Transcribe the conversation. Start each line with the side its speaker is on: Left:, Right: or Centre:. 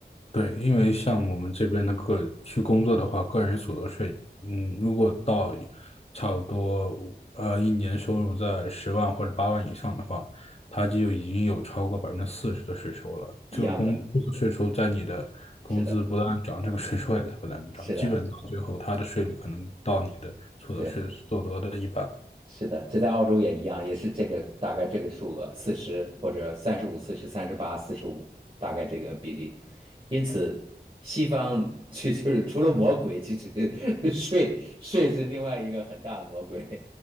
Left: 对，因为像我们这边的个去工作的话，个人所得税，嗯，如果到差不多呃一年收入在十万或者八万以上的话，它就已经有超过百分之四十的税收了。
Right: 一样的，
Left: 这个工这个税收在你的工资不断涨，
Right: 是的，
Left: 这个税收也在不断涨，
Right: 是的，
Left: 基本到最后它的税率可能到你的所得税所得的一半。
Right: 对，是的，这在澳洲也一样，也是这个大概这个数额，四十或者三十五、四十、三十八、四十五，大概这个比例。因此，西方就就是除了魔鬼，其实 <laughs> 税税是另外一个很大的魔鬼。